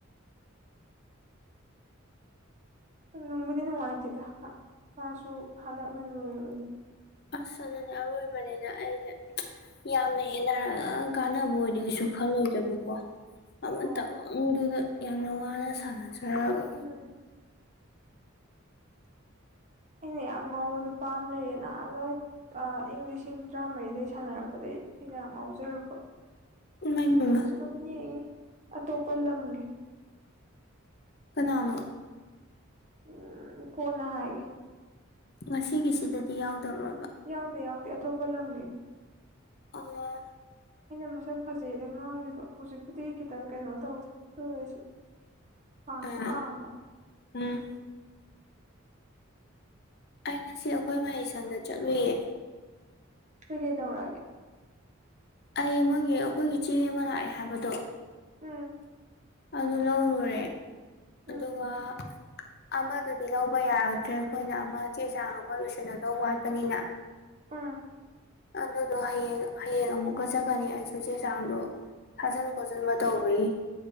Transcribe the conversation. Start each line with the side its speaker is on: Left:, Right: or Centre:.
Right: ꯅꯨꯡꯕꯨꯗꯤ ꯅꯨꯡꯉꯥꯏꯇꯦꯗ ꯃꯥꯁꯨ ꯍꯜꯗꯛꯅ ꯂꯣꯏꯔꯕꯅꯤ
Left: ꯑꯁ ꯑꯗꯨꯅꯦ ꯑꯔꯣꯏꯕꯅꯦꯅ ꯑꯩꯅ ꯌꯥꯝꯅ ꯍꯦꯟꯅꯔ ꯀꯥꯟꯅꯕ ꯑꯣꯏꯗꯤ ꯀꯩꯁꯨ ꯈꯜꯂꯣꯏꯗꯕꯀꯣ
Right: ꯍꯣꯏ
Left: ꯃꯇꯝꯗꯨꯗ ꯌꯥꯝꯅ ꯋꯥꯅ ꯁꯥꯟꯅꯖꯔꯒ
Right: ꯎꯝ ꯑꯩꯅ ꯌꯥꯝ ꯉꯥꯎꯕ ꯅꯨꯄꯥ ꯑꯃ ꯂꯩꯌꯦꯅ ꯑꯗꯣ ꯑꯩ ꯏꯪ ꯂꯤꯁꯤꯡ ꯇꯔꯥꯃꯔꯤꯗꯩ ꯁꯥꯟꯅꯔꯛꯄꯗꯒꯤ ꯑꯩꯅ ꯌꯥꯝ ꯉꯥꯎꯖꯔꯛꯄ
Left: ꯏꯃꯥꯏ ꯄꯦꯝꯃ
Right: ꯍꯧꯖꯤꯛꯁꯨ ꯑꯗꯨꯝ ꯌꯦꯡꯉꯤ ꯑꯇꯣꯞꯄ ꯂꯝꯒꯤ
Left: ꯀꯅꯥꯅꯣ
Right: ꯎꯝ ꯀꯣꯅ ꯍꯥꯏꯔꯒꯦ
Left: ꯉꯁꯤꯒꯤꯁꯤꯗꯗꯤ ꯌꯥꯎꯗꯕꯔꯣ
Right: ꯌꯥꯎꯗꯦ ꯌꯥꯎꯗꯦ ꯑꯇꯣꯞꯄ ꯂꯝꯒꯤꯅꯤ
Left: ꯑꯣ
Right: ꯑꯩꯅ ꯃꯁꯛ ꯐꯖꯩꯅ ꯉꯥꯎꯈꯤꯕ ꯍꯧꯖꯤꯛꯄꯨꯗꯤ ꯈꯤꯇꯪ ꯀꯩꯅꯣ ꯇꯧꯔꯦ ꯑꯗꯨ ꯑꯣꯏꯔꯁꯨ ꯄꯥꯝꯗꯤ
Left: ꯑ
Right: ꯄꯥꯝꯕ
Left: ꯎꯝ ꯑꯩ ꯉꯁꯤ ꯑꯩꯈꯣꯏ ꯃꯍꯩ ꯁꯪꯗ ꯆꯠꯂꯨꯌꯦ
Right: ꯀꯩ ꯀꯩ ꯇꯧꯔꯛꯑꯒꯦ
Left: ꯑꯩ ꯃꯣꯏꯒꯤ ꯑꯩꯈꯣꯏꯒꯤ ꯆꯦ ꯑꯃ ꯂꯥꯛꯑꯦ ꯍꯥꯏꯕꯗꯣ
Right: ꯎꯝ
Left: ꯑꯗꯨ ꯂꯧꯔꯨꯔꯦ
Right: ꯎꯝ
Left: ꯑꯗꯨꯒ ꯑꯃꯗꯨꯗꯤ ꯂꯧꯕ ꯌꯥꯔꯛꯇ꯭ꯔꯦ ꯑꯩꯈꯣꯏꯅ ꯑꯃ ꯆꯦ ꯆꯥꯡ ꯑꯃ ꯂꯣꯏꯁꯜꯒꯗꯧꯕ ꯋꯥꯠꯄꯅꯤꯅ
Right: ꯎꯝ
Left: ꯑꯗꯨꯗꯣ ꯍꯌꯦꯡ ꯍꯌꯦꯡ ꯑꯃꯨꯛ ꯆꯠꯀꯅꯤ ꯑꯩꯁꯨ ꯆꯦ ꯆꯥꯡꯗꯣ ꯊꯥꯖꯤꯟ ꯈꯣꯠꯆꯟꯕ ꯇꯧꯕꯒꯤ